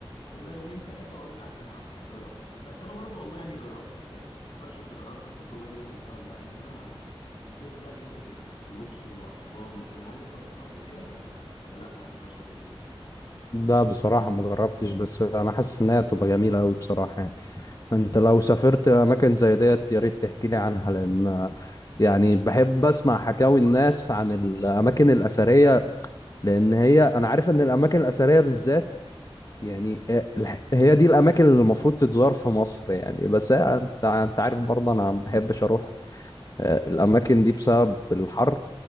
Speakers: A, on the left; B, on the left.
A: كلها يومين ثلاثة وارجع تاني على القاهرة فاهم بس انا برضو والله يعني جربت معرفش انت جربت التجربة دي قبل كده ولا لا ان انا سافرت بقى الحتت بتاعت الاقصر واسوان وكده هل انت رحتها قبل كده ولا ولا لا ما رحتهاش قبل كده
B: لا بصراحة ما جربتش بس أنا حاسس إن هي هتبقى جميلة أوي بصراحة يعني أنت لو سافرت أماكن زي ديت يا ريت تحكي لي عنها لأن يعني بحب أسمع حكاوي الناس عن الأماكن الأثرية لأن هي أنا عارف إن الأماكن الأثرية بالذات يعني آه، الح- هي دي الأماكن اللي المفروض تتزار في مصر يعني بس هي- أنت أنت عارف برضه أنا ما بحبش أروح آه، الأماكن دي بسبب الحر